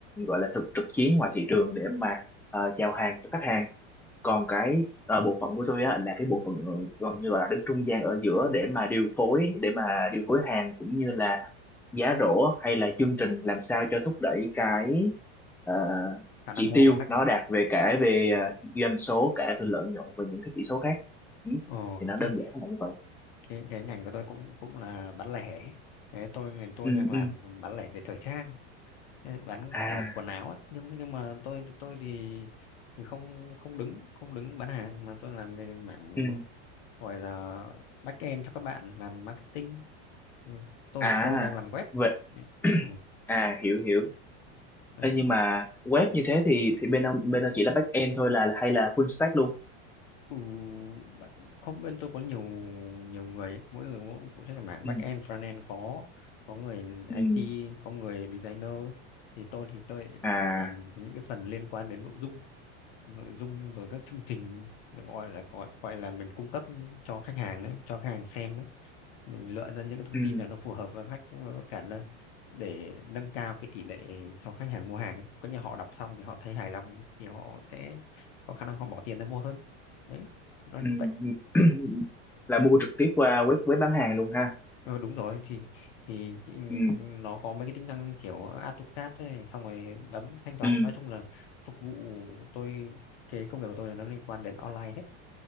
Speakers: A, in the centre; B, on the left.
A: gọi là thực trực chiến ngoài thị trường để mà ờ, chào hàng cho khách hàng còn cái ờ, bộ phận của tôi á là cái bộ phận ờ, gần như gọi là đứng trung gian ở giữa để mà điều phối để mà điều phối hàng cũng như là giá rổ hay là chương trình làm sao cho thúc đẩy cái ờ,
B: khả năng
A: chỉ
B: mua
A: tiêu
B: của khách à?
A: nó đạt về cả về ờ, doanh số cả về lợi nhuận và những cái chỉ số khác ừ.
B: Ồ,
A: thì nó
B: thế
A: đơn giản là như vậy
B: cái, cái ngành của tôi cũng cũng là bán lẻ thế tôi ngành tôi
A: ừ
B: đang làm
A: ừ
B: bán lẻ về thời trang Thế bán
A: à
B: ở quần áo ấy. nhưng nhưng mà tôi tôi thì thì không không đứng không đứng bán hàng mà tôi làm về mảng
A: ừ
B: gọi là back end cho các bạn làm marketing Ừ, tôi
A: à
B: thì tôi đang làm web
A: vậy <clears throat>
B: ừ,
A: à hiểu hiểu
B: đấy
A: Ê, nhưng mà web như thế thì thì bên ông bên ông chỉ là back end thôi là hay là full stack luôn
B: Ừ, back- không bên tôi có nhiều nhiều người ấy. mỗi người mỗi phụ trách cái mảng back
A: ừ
B: end front end có có người
A: ừ
B: IT có người designer thì tôi thì tôi
A: à
B: làm những cái phần liên quan đến nội dung nội dung rồi các chương trình được gọi là gọi gọi là mình cung cấp cho khách hàng ấy, cho khách hàng xem ấy mình lựa ra những cái thông
A: ừ,
B: tin là nó phù hợp với khách với cả nâng- để nâng cao cái tỷ lệ cho khách hàng mua hàng ấy. có như họ đọc xong thì họ thấy hài lòng thì họ sẽ có khả năng họ bỏ tiền ra mua hơn đấy nó như
A: ừ.
B: vậy
A: <clears throat> là mua trực tiếp qua web web bán hàng luôn ha
B: ờ, đúng rồi thì thì chị-
A: ừ,
B: nó có mấy cái tính năng như kiểu AutoCAD ấy, xong rồi bấm thanh toán
A: ừ,
B: nói chung là phục vụ tôi cái công việc của tôi là nó liên quan đến online hết